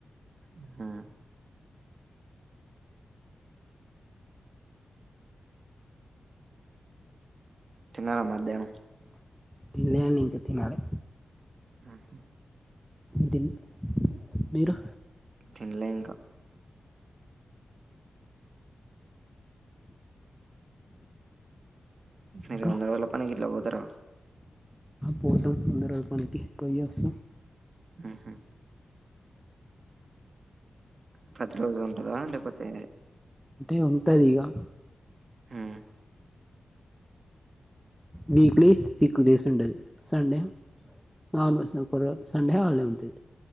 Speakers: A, on the right; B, in the centre.
A: ఉహూ తాన్నారా మధ్యానం
B: తినలే అండి ఇంక తినాలి
A: ఊహూ
B: దిన్ మీరు
A: తినలే ఇంకా మీరు
B: ఇంకా
A: వంద రోజుల పనికి ఇట్లా పోతారా
B: పోతాం వంద రోజుల పనికి పోయ్యోసి
A: ఊహూ ప్రతి రోజూ ఉంటదా లేపోతే
B: అంటే ఉంటది గా
A: హూ
B: వీక్లీ సిక్స్ డేస్ ఉంటది సండే నార్మల్స్ ఒక్కరోజు సండే హాలిడే ఉంటది